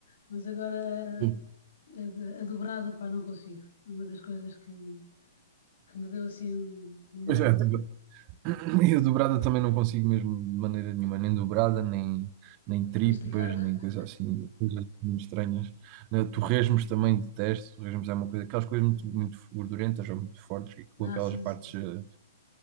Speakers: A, on the left; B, on the right.
A: Mas agora
B: Sim.
A: a, de- a dobrada, pá, não consigo. É Uma das coisas que, que me deu assim um, um mal
B: Pois é, Hum. dobra- <clears throat> e a dobrada também não consigo mesmo de maneira nenhuma, nem dobrada, nem, nem tripas,
A: masticado.
B: nem
A: <laughs>
B: coisa assim, coisas muito estranhas. Né, Torresmos também detesto, torresmos é uma coisa, aquelas coisas muito, muito gordurentas ou muito fortes, e com
A: Ah,
B: aquelas
A: sim,
B: partes
A: sim, sim.
B: eh,